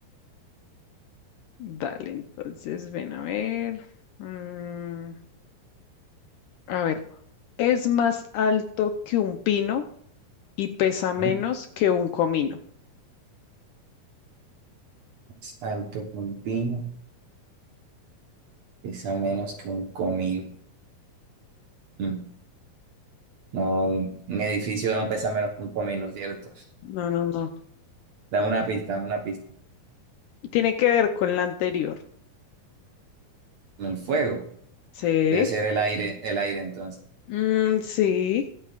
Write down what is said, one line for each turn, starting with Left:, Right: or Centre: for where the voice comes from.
Left: Dale, entonces ven a ver. Mm, a ver, es más alto que un pino y pesa menos
Right: ¿Mm?
Left: que un comino.
Right: Es alto que un pino, pesa menos que un comino. Mm. No, un edificio no pesa menos que un comino, ¿cierto?
Left: No, no, no.
Right: Dame una pista, dame una pista.
Left: Tiene que ver con la anterior.
Right: El fuego,
Left: Sí.
Right: debe ser el aire, el aire entonces.
Left: Mm, sí,